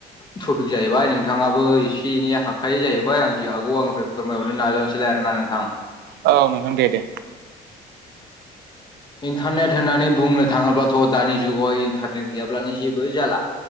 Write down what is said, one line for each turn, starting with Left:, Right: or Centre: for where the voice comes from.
Left: ट्रफिक जाहैबाय नोंथाङाबो एसे एनै हाखायो जाहैबाय आं जि हागौ आंनिफ्राय फोरमायहरनो नाजानोसैलाय आरो ना नोंथां।
Right: औ नोंथां दे दे
Left: इन्टारनेट होननानै बुंनो थाङोब्ला थ' दानि जुगावहाय इन्टारनेट गैयाब्लानो जेबो जाला